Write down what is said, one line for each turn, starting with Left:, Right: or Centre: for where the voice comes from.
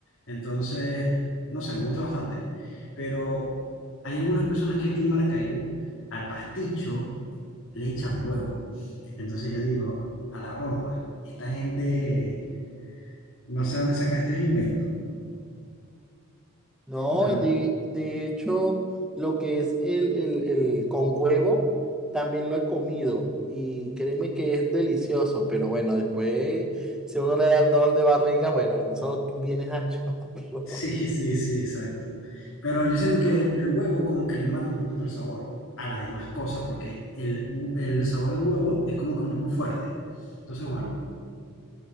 Left: Entonces, no sé, me gusta bastante. Pero hay algunas personas que aquí en Maracaibo, al pasticho, le echan huevo. Entonces yo digo, a la broma, esta gente, no sé dónde saca estos inventos,
Centre: No,
Left: pero
Centre: y de, de hecho, lo que es el, el, el con huevo, también lo he comido. Y créeme que es delicioso, pero bueno, después, si uno le da el dolor de barriga, bueno, eso viene a chorro.
Left: Sí, <laughs>
Centre: <laughs>
Left: sí, sí, exacto. Pero yo siento que el, el huevo como que le mata un poquito el sabor a las demás cosas, porque el, hu- el sabor del huevo es como que un poco fuerte. Entonces, bueno,